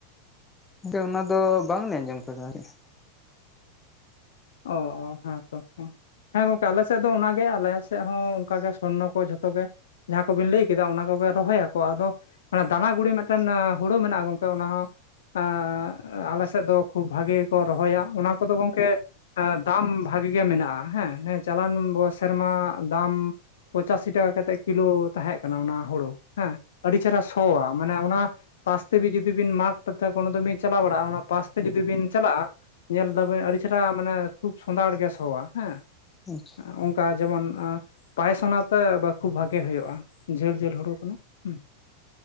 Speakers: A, on the left; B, on the left.
A: ᱜᱚᱝᱠᱮ ᱚᱱᱟ ᱫᱚ ᱵᱟᱝᱞᱮ ᱟᱸᱡᱚᱢ ᱠᱟᱫᱟ ᱟᱨ ᱪᱮᱫ?
B: ᱚᱻ ᱦᱮᱸ ᱛᱚ᱾ <inaudible> ᱦᱮᱸ ᱜᱚᱝᱠᱮ ᱟᱞᱮ ᱥᱮᱫ ᱫᱚ ᱚᱱᱟ ᱜᱮ, ᱟᱞᱮ ᱥᱮᱫ ᱦᱚᱸ ᱚᱝᱠᱟ ᱜᱮ ᱥᱚᱨᱱᱚ ᱠᱚ ᱡᱷᱚᱛᱚ ᱜᱮ, ᱡᱟᱦᱟᱸ ᱠᱚᱵᱤᱱ ᱞᱟᱹᱭ ᱠᱮᱫᱟ ᱚᱱᱟ ᱠᱚᱜᱮ ᱨᱚᱦᱚᱭᱟᱠᱚ ᱟᱫᱚ ᱢᱟᱱᱮ ᱫᱟᱱᱟ ᱜᱩᱲᱤ ᱢᱤᱫᱴᱮᱱ ᱦᱩᱲᱩ ᱢᱮᱱᱟᱜᱼᱟ ᱜᱚᱝᱠᱮ ᱚᱱᱟ ᱦᱚᱸ ᱟᱸᱻ ᱟᱞᱮ ᱥᱮᱫ ᱫᱚ ᱠᱷᱩᱵ ᱵᱷᱟᱜᱮ ᱜᱮᱠᱚ ᱨᱚᱦᱚᱭᱟ, ᱚᱱᱟ ᱠᱚᱫᱚ ᱜᱚᱝᱠᱮ ᱮᱸᱻ ᱫᱟᱢ ᱵᱷᱟᱜᱮ ᱜᱮ ᱢᱮᱱᱟᱜᱼᱟ ᱦᱮᱸ, <unintelligible> ᱪᱟᱞᱟᱣᱮᱱ ᱵᱚᱨᱥᱟ ᱨᱮᱢᱟ ᱫᱟᱢ ᱯᱚᱸ ᱪᱟᱥᱤ ᱴᱟᱠᱟ ᱠᱟᱛᱮᱫ ᱠᱤᱞᱳ ᱛᱟᱦᱮᱸᱜ ᱠᱟᱱᱟ ᱚᱱᱟ ᱦᱳᱲᱳ, ᱦᱮᱸ ᱟᱹᱰᱤ ᱪᱮᱦᱨᱟ ᱥᱚᱣᱟ ᱢᱟᱱᱮ ᱚᱱᱟ ᱯᱟᱥ ᱛᱮ ᱵᱤ ᱡᱩᱫᱤ ᱵᱤᱱ <unintelligible> ᱠᱳᱱᱳ ᱫᱤᱱ ᱵᱤᱱ ᱪᱟᱞᱟᱣ ᱵᱟᱲᱟᱜ-ᱟ ᱚᱱᱟ ᱯᱟᱥ ᱛᱮ‌ᱡᱩᱫᱤ ᱵᱤᱱ ᱪᱟᱞᱟᱜ-ᱟ, ᱧᱮᱞ ᱫᱟᱵᱮ ᱟᱹᱰᱤ ᱪᱮᱨᱦᱟ ᱢᱟᱱᱮ ᱠᱷᱩᱵ ᱥᱚᱸᱫᱷᱟᱲ ᱜᱮ ᱥᱚᱣᱟ ᱦᱮᱸ᱾
A: ᱟᱪᱪᱷᱟ᱾
B: ᱦᱚᱸᱜ-ᱚ ᱚᱝᱠᱟ ᱡᱮᱢᱚᱱ ᱟᱸ ᱯᱟᱭᱮᱥ ᱚᱱᱟᱛᱮ ᱠᱷᱩᱵ ᱵᱷᱟᱜᱮ ᱦᱩᱭᱩᱜᱼᱟ ᱠᱚ, ᱡᱷᱟᱹᱞ ᱡᱷᱟᱹᱞ ᱦᱳᱲᱤ ᱠᱟᱱᱟ ᱦᱩᱸ᱾